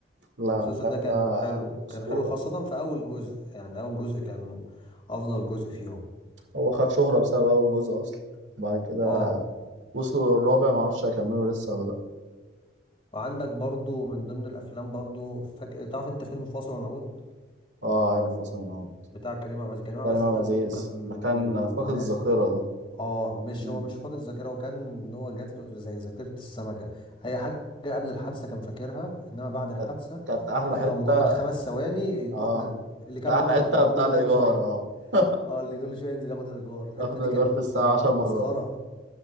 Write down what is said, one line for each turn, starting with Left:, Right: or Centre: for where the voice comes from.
Right: لا
Left: المسلسل
Right: اللعبة
Left: ده كان
Right: ده
Left: حلو كان
Right: أسطورة
Left: حلو خاصه في اول جزء يعني اول جزء كان افضل جزء فيهم
Right: هو خد شهرة بسبب أول جزء أصلا بعد كده
Left: اه
Right: وصلوا للرابع معرفش هيكملوا لسه ولا لأ
Left: وعندك برضه من ضمن الافلام برضه فاك... تعرف انت فيلم فاصل ونعود
Right: اه عارف وصلوا من أول
Left: بتاع كريم عبد العزيز كريم عبد
Right: كريم
Left: العزيز
Right: عبد
Left: ده
Right: العزيز
Left: برضه كان
Right: لما كان
Left: من الناس
Right: فاقد الذاكرة ده
Left: اه مش
Right: مم.
Left: هو مش فاقد ذاكره هو كان ان هو جات له زي ذاكره السمكه اي حاجه قبل الحادثه كان فاكرها انما بعد الحادثه
Right: كانت كانت أحلى
Left: آه،
Right: حتة
Left: او مجرد خمس ثواني تروح
Right: اه
Left: منه اللي كان
Right: كانت
Left: بياخد
Right: أحلى حتة
Left: الايجار
Right: بتاع
Left: منه
Right: الإيجار
Left: كل شويه
Right: اه <laughs>
Left: اه اللي كل شويه ينزل ياخد الايجار الحته
Right: ياخد
Left: دي
Right: إيجار
Left: كانت
Right: في الساعة
Left: آه،
Right: عشر مرات
Left: مسخره